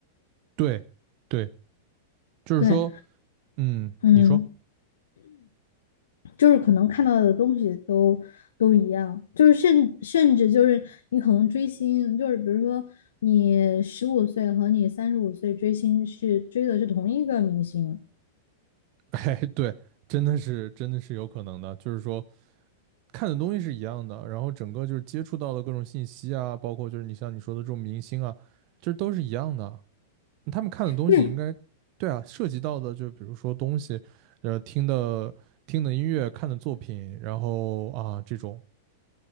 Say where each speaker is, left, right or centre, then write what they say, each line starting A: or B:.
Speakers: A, on the right (about 45°); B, on the left (about 70°).
A: 对，对，就是说，
B: 对。
A: 嗯，
B: 嗯，
A: 你说。
B: 就是可能看到的东西都都一样，就是甚甚至就是你可能追星，就是比如说你十五岁和你三十五岁追星是追的是同一个明星，
A: <laughs> 哎，对，真的是真的是有可能的，就是说看的东西是一样的，然后整个就是接触到的各种信息啊，包括就是你像你说的这种明星啊，这都是一样的。他们看的东西应该，
B: 对，
A: 对啊，涉及到的就比如说东西，呃，听的听的音乐，看的作品，然后啊这种，